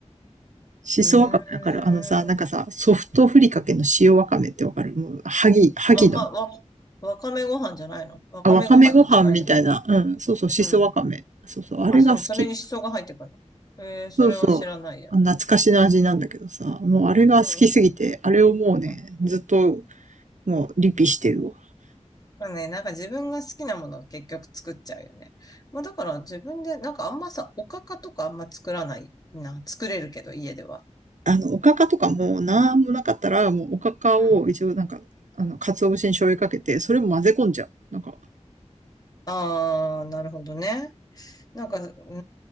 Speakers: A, on the right; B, on the left.
A: しそわかめわかるあのさ、
B: うーん。
A: なんかさ、ソフトふりかけの塩わかめってわかるもう、はぎ、はぎの。
B: わか、わ、わかめご飯じゃないのわかめご飯に近いね。
A: あ、わかめご飯みたいな。うん、そうそう、しそわかめ。
B: うん
A: そうそう、あれが好き。
B: あ、でもそれに思想が入ってくるの。えー、それは知らないや。
A: そうそう。あ懐かしの味なんだけどさ、もうあれが好きすぎて、
B: うん。
A: あれをもうね、
B: うん。
A: ずっともうリピしてるわ。
B: まあね、なんか自分が好きなものを結局作っちゃうよね。まあだから自分で、なんかあんまさ、おかかとかあんま作らないな。作れるけど、家では。
A: あの、おかかとかもなんもなかったら、もうおかかを一応なんか、
B: うん。
A: あの、鰹節に醤油かけて、それも混ぜ込んじゃう。なんか、
B: ああ、なるほどね。なんか、う